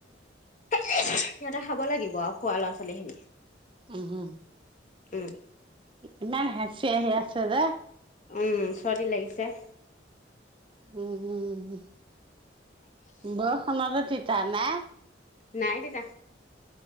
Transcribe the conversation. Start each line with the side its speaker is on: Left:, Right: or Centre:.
Left: সিহঁতে <unintelligible> খাব লাগিব আৰু খুৱা লৰা চুলিখিনি
Right: উহু।
Left: উম।
Right: ইমান হাচি আহি আছে। <unintelligible>
Left: উম, চৰ্দি লাগিছে।
Right: উম, উম, উম। বৰষুণতে তিতা নে?
Left: নাই তিতা।